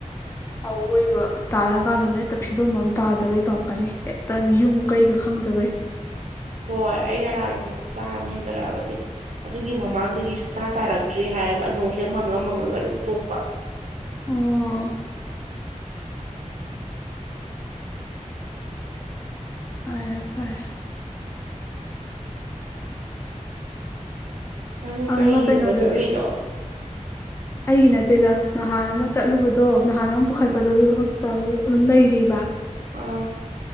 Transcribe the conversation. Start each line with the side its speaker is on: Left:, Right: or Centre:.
Left: ꯑꯋꯣꯏꯕ ꯇꯥꯔꯛꯑꯀꯥꯟꯗꯅ ꯍꯦꯛꯇ ꯐꯤꯕꯝ ꯑꯃ ꯇꯥꯗꯒꯩ ꯇꯧꯔ ꯀꯅꯤ ꯍꯦꯛꯇ ꯌꯨꯝ ꯀꯩꯒ ꯈꯪꯗꯕꯩ
Right: ꯍꯣꯏ ꯍꯣꯏ ꯑꯩꯅ ꯂꯥꯛꯏꯁꯦ ꯍꯞꯇꯥ ꯑꯃ ꯍꯦꯟꯒꯠꯂꯛꯑꯕꯁꯦ ꯑꯗꯨꯒꯤ ꯃꯃꯥꯡꯗꯒꯤ ꯁꯨꯇꯥꯥ ꯇꯥꯔꯛꯇ꯭ꯔꯤ ꯍꯥꯏ ꯍꯥꯏꯌꯦꯕ ꯅꯣꯡꯁꯦ ꯃꯪꯉ ꯃꯪꯉꯒ ꯑꯗꯨꯝ ꯇꯣꯛꯄ
Left: ꯎꯝ ꯍ ꯐꯔ
Right: ꯅꯪ
Left: ꯑꯃ
Right: ꯀꯔꯤ ꯌꯦꯡꯕ
Left: ꯀꯩꯅꯣꯗꯗꯤ
Right: ꯆꯠꯂꯨꯏꯅꯣ
Left: ꯑꯩꯒꯤ ꯅꯠꯇꯦꯗ ꯅꯍꯥꯟ ꯑꯃ ꯆꯠꯂꯨꯕꯗꯣ ꯅꯍꯥꯟ ꯑꯃ ꯄꯨꯈꯠꯄꯗꯣ
Right: ꯎꯝ
Left: ꯑꯗꯨꯗ ꯍꯣꯁꯄꯤꯇꯥꯜ ꯑꯗꯨꯝ ꯂꯩꯔꯤꯕ
Right: ꯑꯥ